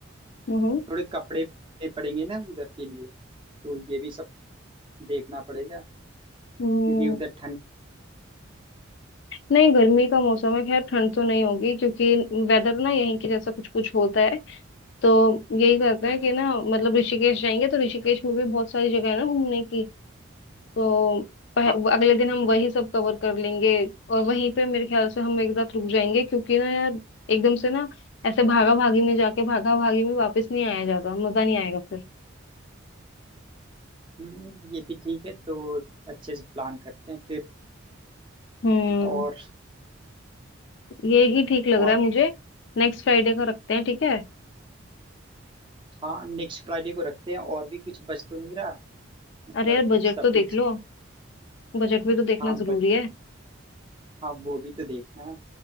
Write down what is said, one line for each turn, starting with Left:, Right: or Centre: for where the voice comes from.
Left: हम्म
Right: थोड़े कपड़े लेने पड़ेंगे ना उधर के लिए तो ये भी सब देखना पड़ेगा
Left: हम्म,
Right: क्योंकि उधर ठंड
Left: नहीं गर्मी का मौसम है खैर ठंड तो नहीं होगी क्योंकि वेदर ना यहीं के जैसा कुछ कुछ होता है तो यही करते हैं कि ना मतलब ऋषिकेश जाएंगे तो ऋषिकेश में भी बहुत सारी जगह है ना घूमने की तो पह-
Right: हाँ
Left: वो अगले दिन हम वही सब कवर कर लेंगे और वहीं पे मेरे ख्याल से हम एक रात रुक जाएंगे क्योंकि ना यार एकदम से ना ऐसे भागा भागी में जाके भागा भागी में वापस नहीं आया जाता मजा नहीं आएगा फिर
Right: हम्म, ये भी ठीक है तो अच्छे से प्लान करते हैं फिर
Left: हम्म
Right: और
Left: ये ही ठीक लग
Right: और
Left: रहा है मुझे नेक्स्ट फ्राइडे का रखते हैं ठीक है
Right: हाँ नेक्स्ट फ्राइडे को रखते हैं और भी कुछ बच तो नहीं रहा मतलब
Left: अरे यार बजट
Right: सब
Left: तो
Right: कुछ
Left: देख लो बजट भी तो देखना
Right: हाँ
Left: जरूरी है
Right: हाँ वो भी तो देखना है